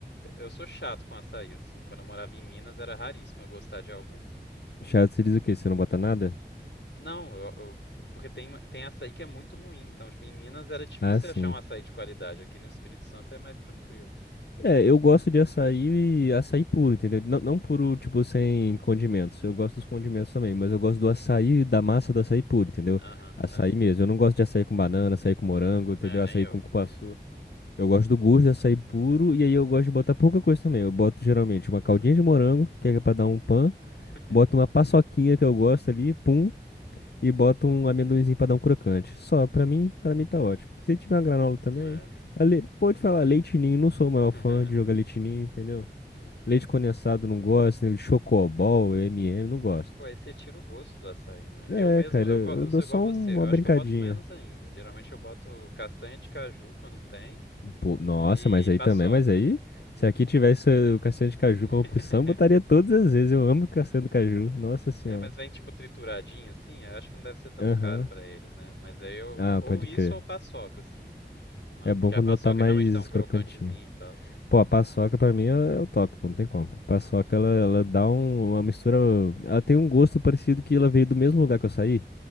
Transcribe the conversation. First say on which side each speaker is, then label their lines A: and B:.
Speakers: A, on the left (about 85°); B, on the left (about 65°).
A: eu sou chato com açaí, assim. Quando eu morava em Minas, era raríssimo eu gostar de algum.
B: Chato, você diz o quê? Você não bota nada?
A: Não, eu- eu- porque tem, tem açaí que é muito ruim. Então, tipo, em Minas era difícil
B: Ah, sim.
A: achar um açaí de qualidade. Aqui no Espírito Santo é mais tranquilo.
B: É, eu gosto de açaí e açaí puro, entendeu? Não, não puro, tipo, sem condimentos. Eu gosto dos condimentos também, mas eu gosto do açaí, da massa do açaí puro, entendeu?
A: Aham,
B: Açaí
A: é.
B: mesmo. Eu não gosto de açaí com banana, açaí com morango, entendeu?
A: É, nem
B: Açaí
A: eu,
B: com cupuaçu.
A: nem eu.
B: Eu gosto do gosto do açaí puro e aí eu gosto de botar pouca coisa também. Eu boto geralmente uma caldinha de morango, que é pra dar um pan.
A: <laughs>
B: Boto uma paçoquinha que eu gosto ali, pum, e boto um amendoinzinho pra dar um crocante. Só, pra mim, para mim tá ótimo. Se tiver uma granola também,
A: É.
B: mas le- pode falar leite ninho, não sou o maior
A: <laughs>
B: fã de jogar leite ninho, entendeu?
A: Uhum.
B: Leite condensado não gosto, né, Chocobol, M&M, não gosto.
A: Pô, aí você tira o gosto do açaí, né?
B: É,
A: Eu mesmo,
B: cara,
A: eu,
B: eu,
A: co- eu
B: eu dou
A: sou igual
B: só
A: você.
B: um- uma
A: Eu acho
B: brincadinha.
A: que eu boto menos ainda. Geralmente eu boto castanha de caju quando tem.
B: Pô, nossa,
A: E
B: mas aí
A: paçoca.
B: também, mas aí, se aqui tivesse eh, o castanho de caju
A: <laughs>
B: como opção, botaria todas as vezes. Eu amo castanho do caju, nossa senhora.
A: É, mas vem tipo trituradinho assim? Eu acho que não deve ser tão
B: Aham.
A: caro pra eles, né? Mas aí eu,
B: Ah,
A: ou
B: pode
A: isso
B: crer.
A: ou paçoca, assim. Uma,
B: É bom
A: que
B: quando
A: a paçoca
B: ela tá mais
A: realmente dá um crocantezinho
B: crocantinha.
A: e tal.
B: Pô, a paçoca pra mim é é o top, pô, não tem como. A paçoca, ela, ela dá um- uma mistura. Ela tem um gosto parecido que ela veio do mesmo lugar que eu saí.